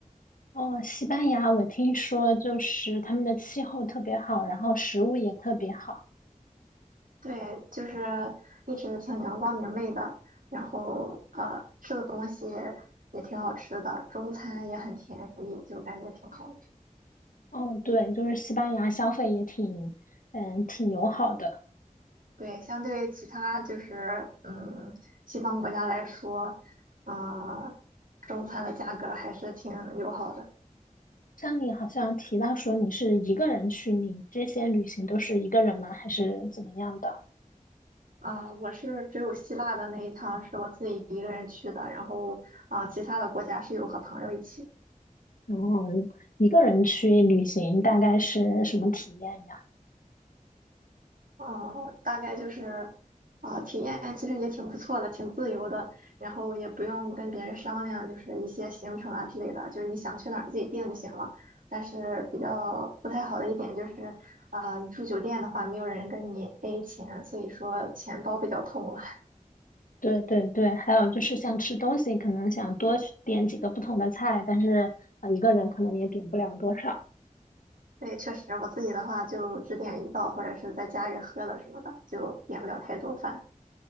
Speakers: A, on the left (about 75°); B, on the right (about 80°).
A: 哦，西班牙，我听说就是他们的气候特别好，然后食物也特别好。
B: 对，就是一直挺阳光明媚的，然后呃，吃的东西也挺好吃的，中餐也很便宜，就感觉挺好的。
A: 哦，对，就是西班牙消费也挺嗯挺友好的。
B: 对，相对其他就是嗯，西方国家来说，嗯、中餐的价格还是挺友好的。
A: 像你好像提到说你是一个人去，你这些旅行都是一个人吗？还是怎么样的？
B: 啊、我是只有希腊的那一趟是我自己一个人去的，然后啊、其他的国家是有和朋友一起。
A: 然后一个人去旅行大概是什么体验呀？
B: 哦、大概就是啊、体验其实也挺不错的，挺自由的，然后也不用跟别人商量，就是一些行程啊之类的，就是你想去哪儿自己定就行了。但是比较不太好的一点就是，啊、你住酒店的话，没有人跟你 A 钱，所以说钱包比较痛了。
A: 对对对，还有就是像吃东西，可能想多去点几个不同的菜，但是啊呃一个人可能也点不了多少。
B: 对，确实，我自己的话就只点一道，或者是在家里喝了什么的，就点不了太多饭。